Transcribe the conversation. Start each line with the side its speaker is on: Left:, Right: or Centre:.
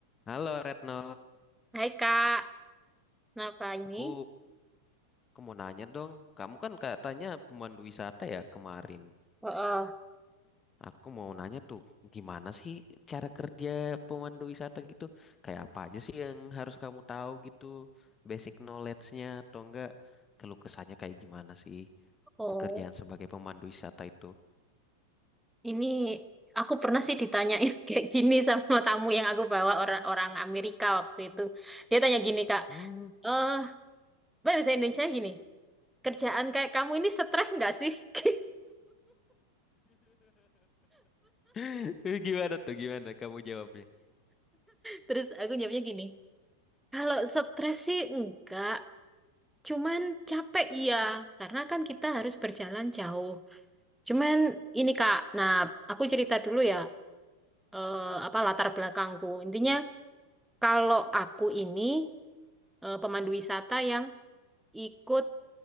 Left: Halo Retno,
Centre: Hai Kak, kenapa ini?
Left: aku aku mau nanya dong. Kamu kan katanya pemandu wisata ya kemarin.
Centre: Oh,
Left: Aku mau nanya tuh, gimana sih cara kerja pemandu wisata gitu? Kayak apa aja sih yang harus kamu tahu gitu? Basic knowledge-nya atau enggak? Keluh kesahnya kayak gimana sih
Centre: oh,
Left: pekerjaan sebagai pemandu wisata itu?
Centre: ini aku pernah sih ditanyain <laughs> kayak gini sama tamu yang aku bawa orang orang Amerika waktu itu. Dia tanya gini Kak,
Left: Oh.
Centre: eh, Mbak bisa Indonesia gini, kerjaan kayak kamu ini stres nggak sih? <laughs>
Left: <laughs> Gimana tuh? Gimana kamu jawabnya?
Centre: Terus aku jawabnya gini, kalau stres sih enggak, cuman capek iya, karena kan kita harus berjalan jauh. Cuman ini Kak, nah aku cerita dulu ya, eh, apa latar belakangku. Intinya Kalau aku ini eh, pemandu wisata yang ikut